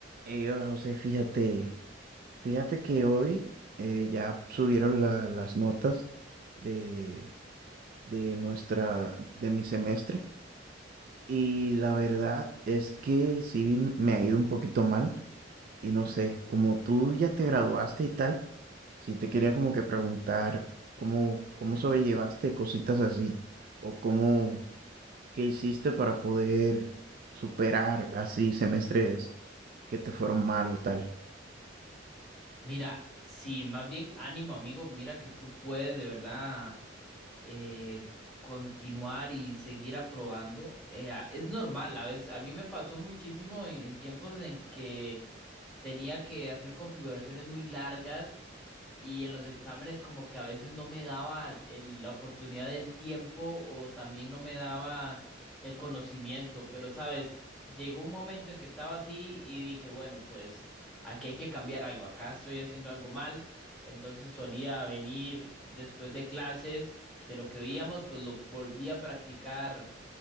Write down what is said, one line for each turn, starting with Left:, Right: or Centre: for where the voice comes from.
Right: Eh, hola José, fíjate, fíjate que hoy eh, ya subieron la- las notas de, de nuestra, de mi semestre y la verdad es que sí me ha ido un poquito mal y no sé, como tú ya te graduaste y tal, sí te quería como que preguntar cómo, cómo sobrellevaste cositas así o cómo, qué hiciste para poder superar así semestres que te fueron mal o tal.
Centre: Mira, sí, más bien ánimo, amigo. Mira que tú puedes de verdad eh, continuar y seguir aprobando. Eh, a- es normal, a veces, a mí me pasó muchísimo en, en tiempos en que tenía que hacer configuraciones muy largas y en los exámenes como que a veces no me daba el- la oportunidad del tiempo o también no me daba el conocimiento, pero sabes, llegó un momento en que estaba así y dije, bueno, pues aquí hay que cambiar algo, acá estoy haciendo algo mal, entonces solía venir después de clases, de lo que veíamos, pues lo volví a practicar